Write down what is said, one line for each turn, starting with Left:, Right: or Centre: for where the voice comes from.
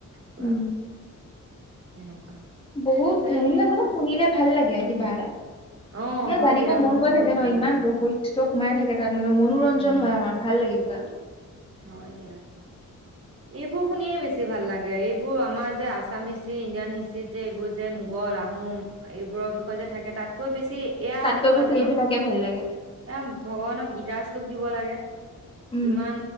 Right: পুৰা
Left: উম।
Right: <unintelligible>
Left: বহুত
Right: খালি
Left: কাহী বিলাক
Right: মোৰ
Left: মানে শুনিলে ভাল লাগে
Right: উম
Left: আৰু কিবা এটা।
Right: অ
Left: নহ
Right: হয়
Left: জানিব
Right: দিয়া
Left: মন
Right: মোৰ
Left: গৈ
Right: বহুত
Left: থাকে ন
Right: ভাল
Left: ইমান
Right: লাগে
Left: ৰহৈ টো সোমাই থাকে তাত। <unintelligible> মনোৰঞ্জন
Right: উম
Left: হয় আমাৰ ভাল লাগে কিবা <unintelligible>
Right: হয় দিয়া এইবোৰ শুনিয়ে বেছি ভাল লাগে এইবোৰ আমাৰ যে আছাম হিষ্ট্ৰী ইণ্ডিয়ান হিষ্ট্ৰিত যে এইবোৰ যে মোগল আহোম এইবোৰৰ বিষয়ে যে থাকে তাতকৈ বেছি এয়া
Left: তাতকৈ
Right: দিব
Left: বেছি
Right: লাগে
Left: এইবিলাকে
Right: ন?
Left: ভাল লাগে।
Right: এয়া ভগৱানৰ গীত। <unintelligible> দিব লাগে।
Left: উম
Right: ইমান